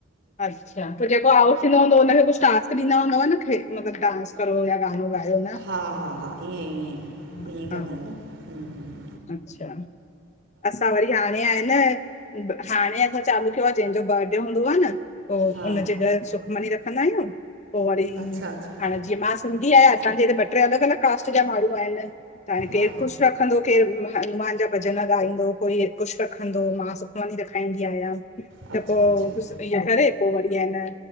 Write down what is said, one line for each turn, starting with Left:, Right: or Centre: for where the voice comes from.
Left: अच्छा फिर जेको आउट थींदो हूंदो हुनखे कुछ टास्क ॾींदा हूंदव न खे मतलबु डांस करो या गानो गायो न
Right: हा-हा, हा ईंयें, ईयें
Left: हा
Right: ई, ईयं ई कंदा
Left: हा,
Right: हिनि न हूं
Left: अच्छा असां वरी हाणे आहे न हाणें असां चालू क्यो आ जंहिंजो बर्डे हूंदो आ न पो
Right: हा
Left: उन्हजे घर सुख मनी रखंदा आहियूं पो वरी,
Right: अच्छा अच्छा
Left: हाणे जीअं मां सिंधी आहियां असांजे हिते ॿट्रे अलॻि अलॻि कास्ट जा माण्हूं आहिन त हाणें
Right: हा
Left: केर कुछ रख रखंदो केरु हनुमान जा भॼन ॻाईंदों कोई कुछ रखंदो मां सुखमनी रखंद खाईंदीं आहियां
Right: अच्छा
Left: त पो
Right: अच्छा
Left: कुछ ईय करे पो वरी आहे न